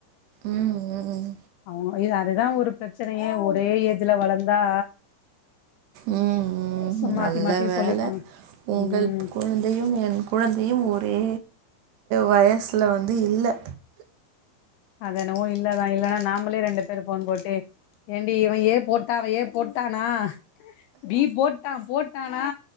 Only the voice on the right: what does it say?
ம் ம்
ம் ம்
நல்ல
வேல
உங்கள்
குழந்தையு என் குழந்தையு ஒரே வயசுல வந்து இல்ல